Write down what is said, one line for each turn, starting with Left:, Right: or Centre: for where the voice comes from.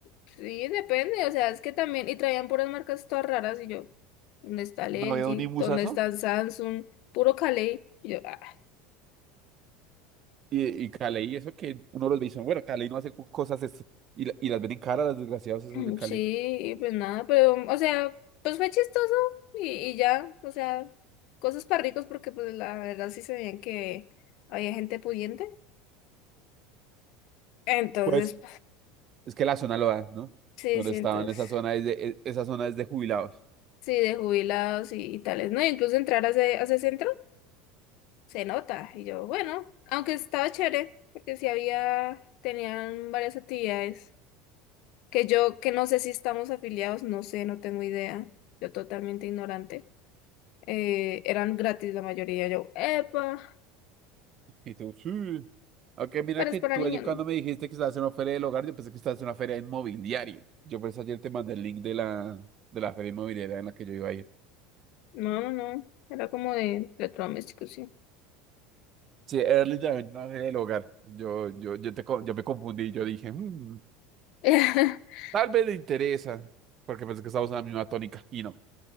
Left: Sí, depende, o sea, es que también, y traían puras marcas todas raras, y yo, ¿dónde está el
Right: no
Left: LG?
Right: había un imusazo.
Left: ¿Dónde está el Samsung? Puro Calais. Y yo, ah, <laughs>
Right: Y, y Cali, eso que uno los dice, bueno, Cali no hace cosas, es- y, la- y las ven en cara, las desgraciadas esas
Left: Mm,
Right: de Cali.
Left: sí, y pues nada, pero, o sea, pues fue chistoso, y, y ya, o sea, cosas para ricos, porque pues la verdad sí se veían que había gente pudiente. Entonces,
Right: Puede Es que la zona lo da, ¿no?
Left: sí,
Right: Donde
Left: sí,
Right: estaban,
Left: entonces,
Right: esa zona es de, e- esa zona es de jubilados.
Left: sí, de jubilados y, y tales, ¿no? Incluso entrar a ese, a ese centro. se nota. Y yo, bueno, aunque estaba chévere, porque sí había, tenían varias actividades que yo, que no sé si estamos afiliados, no sé, no tengo idea. Yo totalmente ignorante. Eh, eran gratis la mayoría. Yo, epa,
Right: Y tú, sí. Aunque mira
Left: pero
Right: que
Left: es para
Right: tú
Left: niños,
Right: ayer cuando
Left: ¿no?
Right: me dijiste que estabas en una feria del hogar, yo pensé que estabas en una feria inmobiliaria. Yo por eso ayer te mandé el link de la, de la feria inmobiliaria en la que yo iba a ir.
Left: No, no, no. Era como de electrodomésticos, sí.
Right: Sí, era literalmente una feria del hogar. Yo, yo, yo, te, co- yo me confundí, yo dije, "Mm,
Left: <laughs>
Right: tal vez le interesa, porque pensé que estábamos en la misma tónica. Y no.